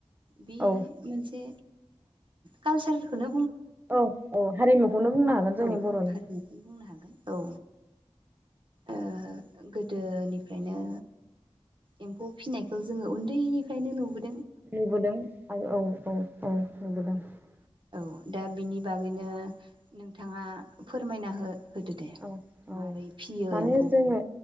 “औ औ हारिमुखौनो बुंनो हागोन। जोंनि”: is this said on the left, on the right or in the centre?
Right